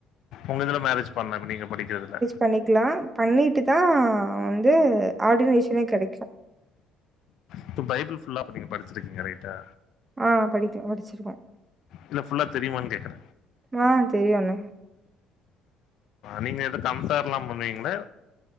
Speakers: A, on the left; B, on the right.
A: உங்க இதுல மேரேஜ் பண்ணப்ப நீங்க படிக்கறயிதுல
B: பண்ணிக்கலா பண்ணிட்டு தா வந்து ஆர்டினேஷனே கெடைக்கு
A: இப்போ பைபிள் ஃபுல்லா அப்ப நீங்க படிச்சிருக்கீங்க ரைட்டா
B: ஆ படிக்க படிச்சிருக்கே
A: இல்ல ஃபுல்லா தெரிமானு கேக்ற
B: ஆ தெரியுண்ணா
A: நீங்க எது கம்ஃபர்லா பண்ணுவீங்ளா